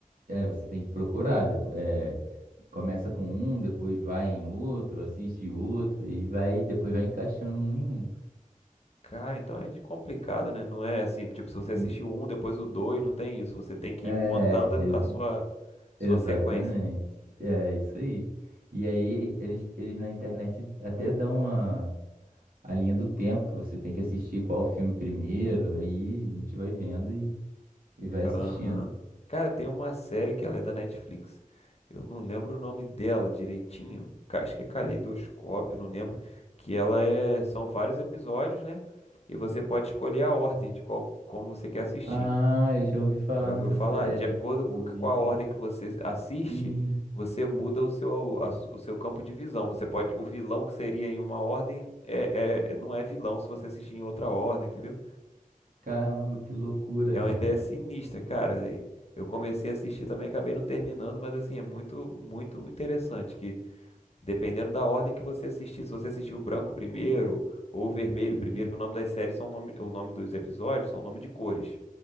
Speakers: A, on the right (about 75°); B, on the left (about 45°).
A: É, você tem que procurar. depo- é, começa com um, depois vai em outro, assiste outro e vai, depois vai encaixando um em um.
B: Cara, então é de complicado, né? Não é assim, tipo, se você assistiu
A: Hum.
B: um, depois o dois, não tem isso. Você tem que
A: É,
B: ir montando
A: exa-
B: a a sua, sua
A: exatamente.
B: sequência.
A: É isso aí. E aí eles, eles na internet até dão a, a linha do tempo que você tem que assistir qual filme primeiro. Aí a gente vai vendo e, e vai
B: Aham.
A: assistindo.
B: Cara, tem uma série que ela é da Netflix. Eu não lembro o nome dela direitinho. Ca- Acho que é Caleidoscópio, não lembro. Que ela é. São vários episódios, né? E você pode escolher a ordem de qual, como você quer assistir.
A: Ah, eu já ouvi falar
B: Já ouviu
A: nessa
B: falar?
A: série.
B: De acordo com,
A: Eu
B: com
A: vi.
B: a ordem que você assiste,
A: Sim.
B: você muda o seu, a su- o seu campo de visão. Você pode, o vilão que seria em uma ordem é, é- é, não é vilão se você assistir em outra ordem, entendeu?
A: Caramba, que loucura,
B: É
A: cara.
B: uma ideia sinistra, cara. E Eu comecei a assistir também, acabei não terminando, mas assim, é muito, muito interessante que dependendo da ordem que você assistir, se você assistir o branco primeiro ou o vermelho
A: Uhum.
B: primeiro, que o nome das séries são nome, o nome dos episódios são nome de cores.